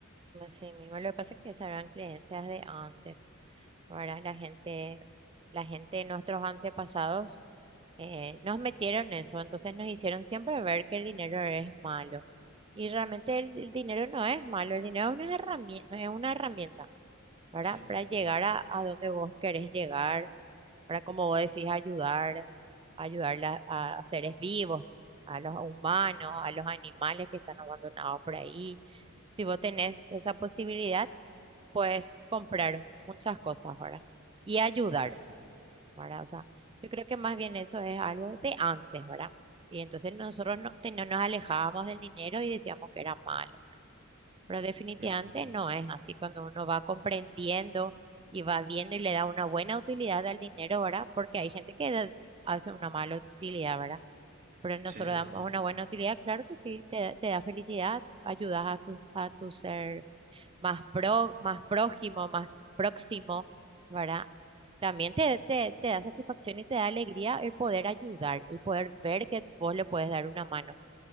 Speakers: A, on the right; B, on the right.
A: Así mismo, lo que pasa es que esas eran creencias de antes. Ahora la gente, la gente de nuestros antepasados eh, nos metieron eso, entonces nos hicieron siempre ver que el dinero es malo. Y realmente el, el dinero no es malo, el dinero es una herramienta, es una herramienta, ¿verdad?
B: Sí,
A: Para llegar a, a donde vos querés llegar, para como vos decís, ayudar, ayudar la- a, a seres vivos, a los humanos, a los animales que están abandonados por ahí. Si vos tenés esa posibilidad, puedes comprar muchas cosas, ¿verdad? Y ayudar.
B: sí,
A: ¿verdad? O sea, yo creo que más bien eso es algo de antes, ¿verdad? Y entonces nosotros no, te- no nos alejábamos del dinero y decíamos que era malo, ¿verdad? Pero definitivamente
B: ujú,
A: no es así cuando uno va comprendiendo y va viendo y le da una buena utilidad al dinero, ¿verdad? Porque hay gente que da- hace una mala utilidad, ¿verdad? Pero nosotros
B: sí,
A: damos una buena utilidad, claro que sí, te, te da felicidad, ayudas a tu, a tu ser más, pro, más prójimo, más próximo, ¿verdad? También te, te, te da satisfacción y te da alegría el poder ayudar, el poder ver que vos le puedes dar una mano,